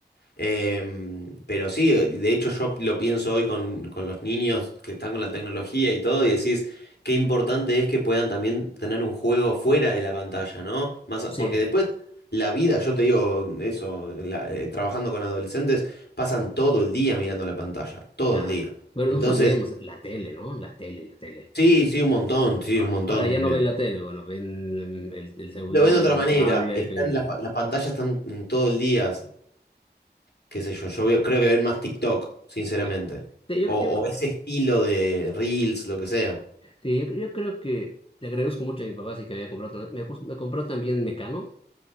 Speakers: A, on the left; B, on the left.
A: Em, pero sí, de hecho yo lo pienso hoy con, con los niños que están con la tecnología y todo, y decís qué importante es que puedan también tener un juego fuera de la pantalla, ¿no? Más, a-
B: sí,
A: porque después la vida, yo te digo eso, la- eh, trabajando con adolescentes, pasan todo el día mirando la pantalla, todo
B: claro.
A: el día.
B: Bueno,
A: Entonces,
B: nosotros veíamos la tele, ¿no? La tele, la tele.
A: sí, sí, un montón, sí,
B: Ahora
A: un montón
B: ahora ya
A: también.
B: no ven la tele, bueno, ven mm, el, el celular,
A: Lo ven de otra
B: ven
A: manera,
B: la tablet,
A: están
B: ven...
A: las, pa- las pantallas están todo el día. qué sé yo, yo veo- creo que ven más TikTok, sinceramente.
B: Sí. Sí, yo,
A: O,
B: yo,
A: o ese estilo de Reels, lo que sea.
B: sí, yo, yo creo que le agradezco mucho a mi papá, así que me había comprado... Me, cus- me compró también Mecanos.